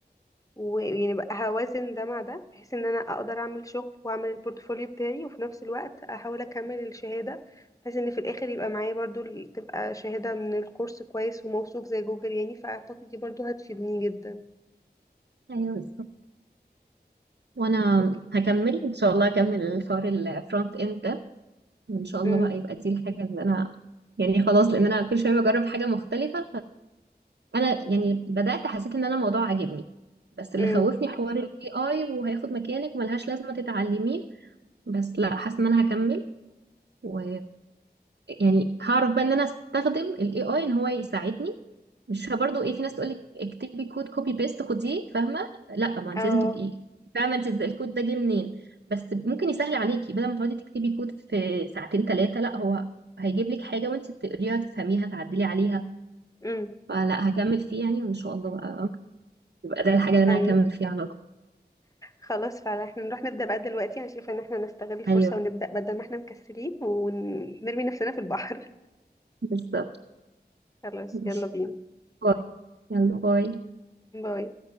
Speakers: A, on the left (about 20°); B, on the right (about 80°).
A: ويعني بقى هوازن ده مع ده بحيث ان انا اقدر اعمل شغل واعمل البورتفوليو بتاعي وفي نفس الوقت احاول اكمل الشهاده بحيث ان في الاخر يبقى معايا برضو ال- تبقى شهاده من الكورس كويس وموثوق زي جوجل يعني فاعتقد دي برضو هتفيدني جدا
B: يعني ايوه بالظبط وانا
A: خلاص اوكي
B: هكمل ان شاء الله هكمل الحوار الفرونت اند ده وان شاء الله
A: امم
B: بقى يبقى دي الحاجه اللي انا يعني خلاص لان انا كل شويه بجرب حاجه مختلفه فانا يعني بدات حسيت ان انا الموضوع عاجبني بس اللي
A: امم
B: خوفني حوار الاي اي وهياخد مكانك وملهاش لازمه تتعلميه بس لا حاسه ان انا هكمل و يعني هعرف بقى ان انا استخدم الاي اي ان هو يساعدني مش برضو ايه في ناس تقول لك اكتبي كود كوبي بيست خديه فاهمه لا ما انت
A: اه
B: لازم تبقي فاهمه انت ازاي الكود ده جه منين بس ممكن يسهل عليكي بدل ما تقعدي تكتبي كود في ساعتين ثلاثه لا هو هيجيب لك حاجه وانت بتقريها تفهميها تعدلي عليها
A: امم
B: فلا هكمل فيه يعني وان شاء الله بقى يبقى ده الحاجه اللي انا
A: ايوه
B: هكمل فيها على طول
A: خلاص فعلا احنا نروح نبدأ بقى دلوقتي انا شايفه ان احنا نستغل الفرصة
B: ايوه
A: ونبدأ بدل ما احنا مكسلين ونرمي نفسنا في البحر
B: بالظبط
A: <laughs> خلاص
B: ماشي.
A: يلا بينا
B: باي يلا باي
A: باي